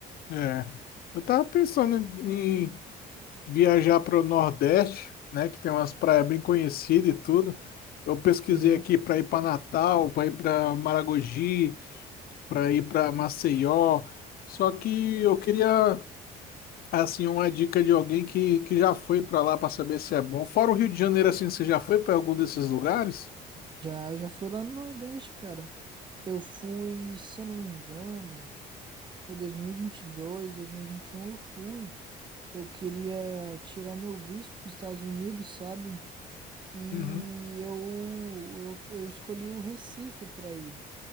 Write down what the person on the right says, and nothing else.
Sim.
Já, já fui lá no Nordeste, cara. Eu fui, se eu não me engano, foi 2022, 2021, eu fui. Eu queria tirar meu visto para os Estados Unidos, sabe? E
eu, eu, eu escolhi o Recife para ir.